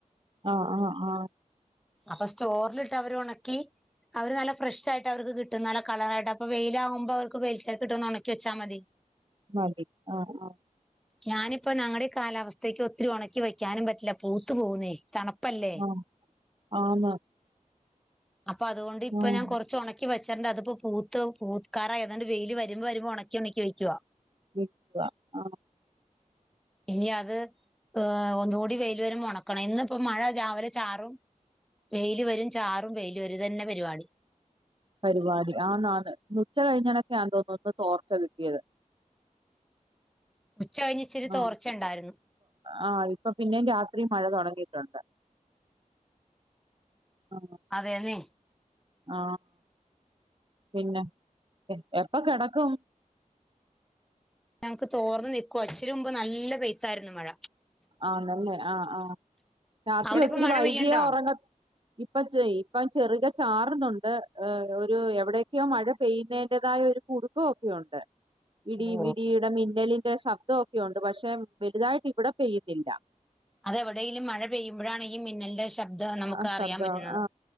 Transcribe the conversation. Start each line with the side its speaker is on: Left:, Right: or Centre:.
Right: ആ ആ ആ
Centre: അപ്പൊ സ്റ്റോറിലിട്ട് അവര് ഉണക്കി അവര് നല്ല ഫ്രഷ ആായിട്ട് അവർക്ക് കിട്ടുന്നല്ല കളറായിട്ട് അപ്പ വെയിലാവകുമ്പോ അവർക്ക് വെയിലൽക്ക കിട്ടുംന്ന് ഉണക്കി വച്ചാൽ മതി
Right: മതി ആ ആ
Centre: ഞാനിപ്പ ഞങ്ങളുടെ കാലാവസ്ഥയ്ക്ക് ഒത്തിരി ഉണക്കി വയ്ക്കാനും പറ്റില്ല പൂത്തു പോകുന്നേ <unintelligible> പല്ലെ
Right: ആഹ് ആന്ന്
Centre: അപ്പൊ അതുകൊണ്ട് ഇപ്പ
Right: ആഹ്
Centre: ഞാൻ കുറച്ച് ഉണക്കി വച്ചു വച്ചട്ടണ്ട് അതിപ്പോ പൂത്ത് പൂത്താരായ താണ്ട് വെയില് വരുമ്പോ വരുമ്പോൾ ഉണക്കി ഉണക്കി വെക്കവാ
Right: <unintelligible> ആ
Centre: <inaudible> ഇനി അത് ഏ ഒന്നുകൂടി വെൽ വരുമ്പോ ഉണക്കണം ഇന്ന് ഇപ്പ മഴ രാവിലെ ചാറും വെയില് വരും ചാറും വെയില് വരും തന്നെ പരിപാടി
Right: പരിപാടി ആണ് ഉച്ച കഴിഞ്ഞണൊക്കെയാ തോന്നന്ന് തോർച്ച കിട്ടിയത്
Centre: ഉച്ച കഴിഞ്ഞ് ഇച്ചിരി
Right: ആ
Centre: തോർച്ച ഉണ്ടായിരുന്നു
Right: ആ ഇപ്പൊ പിന്നെ രാത്രി മഴ തുടങ്ങി <unintelligible> ആ
Centre: അതേന്നെ
Right: ആ പിന്നെ എപ്പൊ കിടക്കും
Centre: ഞമുക്ക് തോർന്ന നിൽക്കും അച്ച്ചരി മുമ്പ് നല്ല പെയ്ത്തായിരുന്നു മഴ
Right: ആ നല്ലേ ആ ആ രാത്രി
Centre: അവിടെ
Right: ഒത്തിരി
Centre: ഇപ്പ മഴ
Right: വൈകിയാ
Centre: പെയ്യണ്ടോ
Right: ഉറങ്ങ ഇപ്പൊ ഇപ്പം ചെറുക ചാറുന്നുണ്ട് ഒരു എവിടെയൊക്കെയോ മഴ പെയ്യുന്നതിറതായ ഒരു കുടുക്കം ഒക്കെയുണ്ട് ഇടി
Centre: ഓ
Right: ഇടിടെ മിന്നലിന്റെ ശബ്ദംക്കെ ഉണ്ട് പക്ഷെ വലുതായിട്ട് ഇവിടെ പെയ്യതില്ല
Centre: അതെവിടെേങ്കലും മഴ പെയ്യുമ്പോഴാണ് ഈ മിന്നലിന്റെ ശബ്ദം നമുക്ക്
Right: ആ
Centre: അറിയാൻ
Right: ശബ്ദം
Centre: പറ്റുന്നത്
Right: ആ